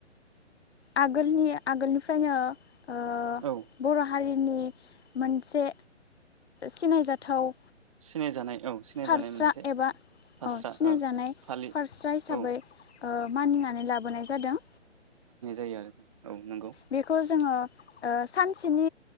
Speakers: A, on the left (about 65°); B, on the right (about 30°).
A: आगोलनि आगोलनिफ्रायनो ओ
B: औ
A: बर' हारि नि मोनसे सिनायजाथाव
B: सिनायजानाय औ सिनायजानाय
A: फारस्रा
B: मोनसे
A: एबा
B: फास्रा
A: अ सिनायजानाय
B: ओ फालि
A: फारस्रा हिसाबै
B: औ
A: मानिनानै लाबोनाय जादों।
B: होयो आरो औ नंगौ।
A: बेखौ जोङो ओ सानसेनि